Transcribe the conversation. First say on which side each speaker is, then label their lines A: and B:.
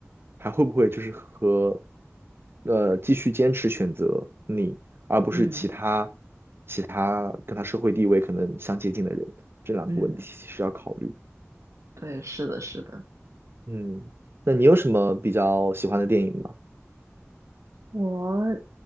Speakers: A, on the right; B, on the right.
A: 还会不会就是和，呃，继续坚持选择你，而不是其他其他跟他社会地位可能相接近的人，
B: 嗯
A: 这两个问题是要考虑。
B: 嗯。对，是的，是的，
A: 嗯，那你有什么比较喜欢的电影吗？
B: 我